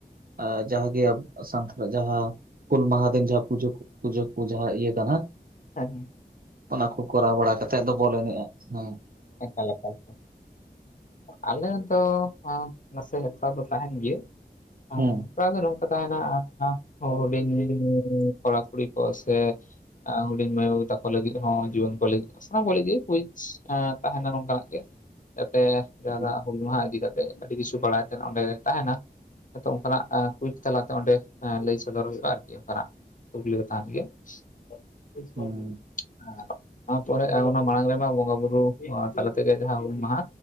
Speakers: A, on the right; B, on the left.
A: ᱟᱻ ᱡᱟᱦᱟᱸ <unintelligible> ᱥᱟᱱᱛᱟᱲᱟᱜ ᱡᱟᱦᱟᱸ ᱦᱩᱞ ᱢᱟᱦᱟ ᱫᱤᱱ ᱡᱟᱦᱟᱸ ᱯᱩᱡᱟᱹ ᱯᱩᱡᱟᱹ ᱠᱚ ᱡᱟᱦᱟᱸ ᱤᱭᱟᱹ ᱠᱟᱱᱟ
B: ᱦᱮᱸ ᱦᱮᱸ
A: ᱚᱱᱟ ᱠᱚ ᱠᱚᱨᱟᱣ ᱵᱟᱲᱟ ᱠᱟᱛᱮ ᱫᱚ ᱵᱚᱞ ᱮᱱᱮᱡᱼᱟ᱾ ᱦᱩᱸ
B: ᱮᱠᱟᱞ ᱮᱠᱟᱞ, ᱟᱞᱮ ᱫᱚ ᱦᱮᱸ, ᱱᱟᱥᱮ ᱮᱠᱴᱟ ᱫᱚ ᱛᱟᱦᱮᱱ ᱜᱮᱭᱟ ᱩᱸᱼᱼ
A: ᱦᱩᱸ
B: ᱫᱚ ᱱᱚᱝᱠᱟ ᱛᱟᱦᱮᱱᱟ <unintelligible> ᱦᱩᱰᱤᱧ ᱠᱚᱲᱟ ᱠᱩᱲᱤ ᱠᱚ ᱥᱮ ᱦᱩᱰᱤᱧ ᱢᱟᱹᱭ ᱵᱟᱹᱵᱩ ᱛᱟᱠᱚ ᱞᱟᱹᱜᱤᱫ ᱦᱚᱸ, ᱡᱩᱣᱟᱹᱱ ᱠᱚ ᱞᱟᱹᱜᱤᱫ ᱥᱟᱱᱟᱢ ᱠᱚ ᱞᱟᱹᱜᱤᱫ ᱠᱩᱭᱤᱡᱽ ᱮᱸ ᱛᱟᱦᱮᱱᱟ ᱱᱚᱝᱠᱟᱱᱟᱜ ᱜᱮ ᱡᱟᱛᱮ ᱡᱟᱦᱟᱸ
A: ᱦᱩᱸ
B: ᱫᱚ ᱦᱩᱞ ᱢᱟᱦᱟ ᱤᱫᱤ ᱠᱟᱛᱮ ᱟᱹᱰᱤ ᱠᱤᱪᱷᱩ ᱵᱟᱲᱟᱭ ᱛᱮᱱᱟᱜ ᱚᱸᱰᱮ ᱛᱟᱦᱮᱱᱟ᱾ <unintelligible> ᱚᱱᱠᱟᱱᱟᱜ ᱠᱩᱭᱤᱡᱽ ᱛᱟᱞᱟᱛᱮ ᱚᱸᱰᱮ ᱞᱟᱹᱭ ᱥᱚᱫᱚᱨ ᱦᱩᱭᱩᱜᱼᱟ ᱟᱨᱠᱤ ᱚᱱᱠᱟᱱᱟᱜ᱾ ᱠᱩᱠᱞᱤ ᱠᱚ ᱛᱟᱦᱮᱱ ᱜᱮᱭᱟ <unintelligible>
A: ᱦᱩᱸ
B: ᱚᱱᱟᱯᱚᱨᱮ ᱟᱨ ᱚᱱᱟ ᱢᱟᱲᱟᱝ ᱨᱮᱢᱟ ᱵᱚᱸᱜᱟ ᱵᱩᱨᱩ ᱛᱟᱞᱟ ᱛᱮᱜᱮ ᱡᱟᱦᱟᱸ ᱦᱩᱞ ᱢᱟᱦᱟ